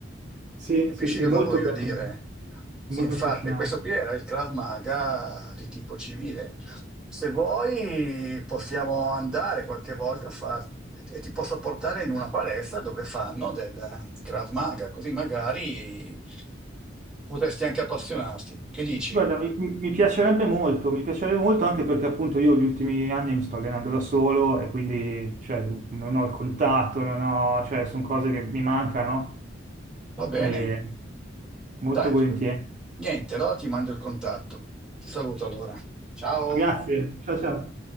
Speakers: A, on the right; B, in the centre.
A: Sì,
B: Capisci
A: sì, sì,
B: cosa
A: molto
B: voglio
A: bello,
B: dire? Sì,
A: molto
B: infatti,
A: affascinante.
B: questo qui era il Krav Maga di tipo civile. Se vuoi, possiamo andare qualche volta a fare e ti posso portare in una palestra dove fanno del Krav Maga, così magari potresti anche appassionarti. Che dici?
A: Guarda, mi, mi- mi piacerebbe molto, mi piacerebbe molto anche perché appunto io gli ultimi anni mi sto allenando da solo e quindi cioè, non ho il contatto, non ho, cioè, sono cose che mi mancano
B: Va bene.
A: e molto
B: Dai,
A: volentieri.
B: niente, allora ti mando il contatto. Ti saluto allora. Ciao.
A: Grazie, ciao ciao.